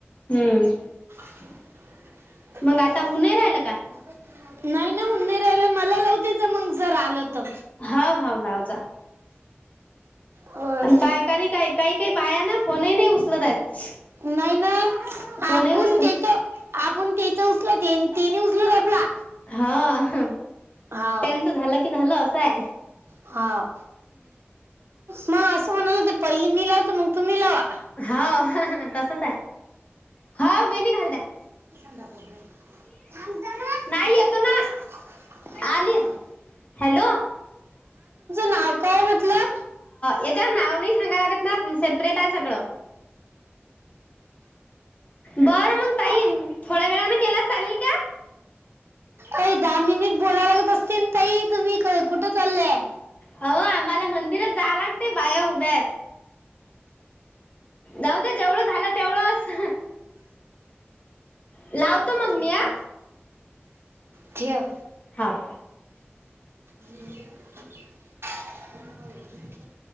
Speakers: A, on the left; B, on the right.
A: हम्म
B: <inaudible>
A: मग आता होऊन नाही राहिलं का
B: नाही नाही हन्नी राहिला, मला लावतेच मग जर आलं तर.
A: हा हा लाव जा.
B: अं,
A: का काही काही काही बायां ना फोनही नाही उचलत आहेत.
B: नाही ना,
A: फोनही
B: आपुण
A: उचलत
B: त्यांच्या आपण तेच उचलते तिने उचलत आपला.
A: हा,
B: हाव
A: त्यांचं झालं की झालं असंय.
B: हा. मग असं म्हनलागते पहिली मी लावत तूम्ही लावा.
A: हा तसंच आहे, हा वेणी घालत्या.
B: ांड ना
A: नाही येतो ना
B: <inaudible>
A: आलीच हॅलो
B: नाव काय म्हटलं
A: यांच्या नाव नाही सांगाय लागत ना स्प्रेट आहे सगळं. बरं मग ताई
B: अ-
A: थोड्या वेळाने केला चालेल का?
B: अ दहा मिनिट बोला लागत असतील ताई तुम्ही कुठं चाललंय?
A: हो आम्हाला मंदिरात जा लागते बाया उभ्यात. जाऊदे जेवढं झालं तेवढंच. लावतो
B: भारत
A: मग मी
B: माध्यम
A: हा
B: <inaudible> ठेव.
A: हाव
B: ह पणप घून <inaudible>